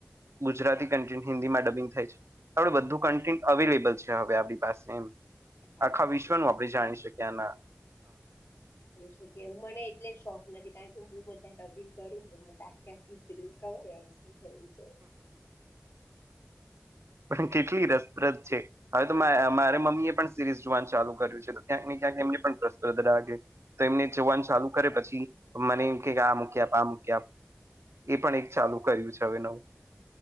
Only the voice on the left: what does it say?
હા
હા.
શકી મને એટલે શોખ નથી કારણ કે હું બધા ડબિંગ કરું ને તો. તે ખબર હોય હવે શું થયું છે.
હા